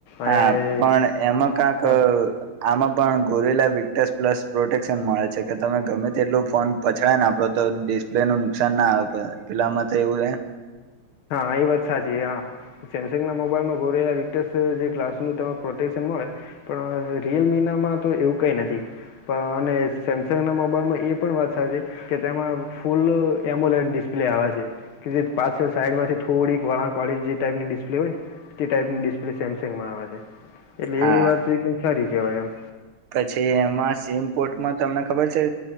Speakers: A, on the left; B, on the right.
A: અને
B: હા પણ એમાં કાક
A: હા
B: આમાં પણ ગોરેલા વિક્ટસ પ્લસ પ્રોટેક્શન મળે છે કે તમે ગમે તેટલોુ ફોન પછડાય ને આપડો તો ડિસ્પ્લે નું નુકસાન ના આવે પેલામાં તો એવું રહેે
A: હા એ વાત સાચી હા. સેમસંગ ના મોબાઈલમાં ગોરેલા વીક્ટસ જે ગ્લાસનું તેમાં પ્રોટેક્શન મળે. પણ રિયલ મિનામાં તો એવું કઈ નથી. અને સેમસંગના મોબાઈલમાં એ પણ વાત સાચી કે તેમાં ફૂલ એમોલેટ ડિસ્પ્લે આવે છે કે જે પાછળ સાઈડમાંથી થોડીક વાળંક વાળી જે ટાઈપની ડિસ્પ્લે હોય ને તે ટાઈપની ડિસ્પ્લે સેમસંગમાં આવે છે એટલે
B: હા
A: એ વાત એકદમ સારી કેવાય એમ.
B: પછી એમાં સિમપોર્ટમાં તમને ખબર છે.